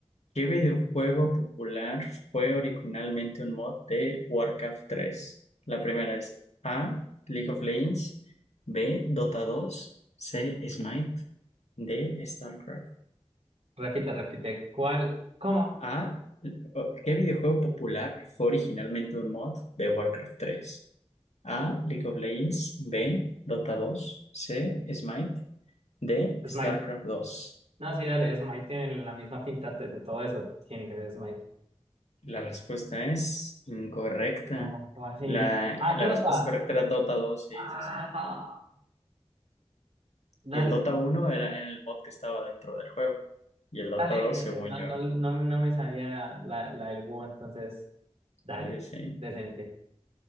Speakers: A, on the left (about 75°); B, on the right (about 65°).
A: ¿qué videojuego popular fue originalmente un mod de Warcraft tres? La primera es A, League of Legends, B, Dota dos, C, Smite, D, StarCraft.
B: Repite, repite. ¿Cuál? ¿Cómo?
A: A, o- ¿qué videojuego popular fue originalmente un mod de Warcraft tres? A, League of Legends, B, Dota dos, C, Smite, D,
B: Smite.
A: StarCraft 2.
B: No, sí, dale, Smite tiene la misma pinta de de todo eso. Tiene que ser Smite.
A: La respuesta es incorrecta.
B: No, ¿cómo así?
A: La,
B: Ah,
A: la
B: Tota.
A: respuesta correcta era Dota dos, sí,
B: Ah,
A: sí, sí.
B: dale,
A: Y el Dota uno era en el mod que estaba dentro del juego. Y el Dota
B: dale.
A: dos,
B: eh,
A: según
B: No,
A: yo,
B: no, no, me no me sabía la, la del Wu, entonces, dale,
A: eh, sí.
B: decente.